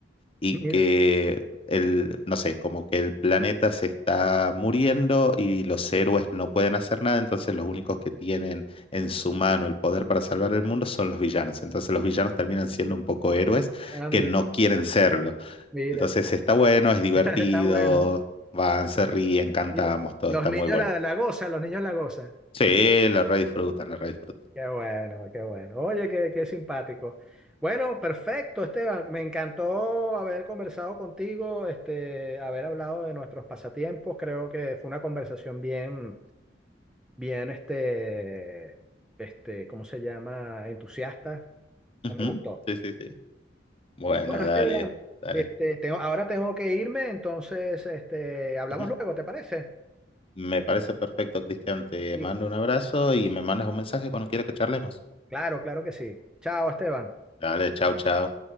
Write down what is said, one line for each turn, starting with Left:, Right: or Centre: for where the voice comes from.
Left: y
Centre: mira,
Left: que el, no sé, como que el planeta se está muriendo y los héroes no pueden hacer nada, entonces los únicos que tienen en su mano el poder para salvar el mundo son los villanos. Entonces los villanos terminan siendo un poco héroes
Centre: ah, mira,
Left: que no quieren serlo.
Centre: mira.
Left: Entonces está bueno, es divertido,
Centre: <laughs> Está bueno, ¿no?
Left: van, se ríen, cantamos,
Centre: Y lo-
Left: todo
Centre: los
Left: está
Centre: niños
Left: muy bueno.
Centre: la, la gozan, los niños la gozan.
Left: Sí, la redisfrutan, la redisfrutan.
Centre: Qué bueno, qué bueno. Oye, qué, qué simpático. Bueno, perfecto, Esteban. Me encantó haber conversado contigo, este, haber hablado de nuestros pasatiempos. Creo que fue una conversación bien, bien, este, este, ¿cómo se llama? Entusiasta.
Left: Ujú,
Centre: Ya Me gustó.
Left: Sí, sí, sí. Bueno,
Centre: Bueno,
Left: dale,
Centre: Esteban,
Left: dale.
Centre: este, tengo, ahora tengo que irme, entonces, este, hablamos
Left: Ujú.
Centre: luego, ¿te parece?
Left: Me parece perfecto, Cristian. Te
Centre: Listo.
Left: mando un abrazo y me mandas un mensaje cuando quieras que charlemos.
Centre: Claro, claro que sí. Chao, Esteban.
Left: Dale, chao, chao.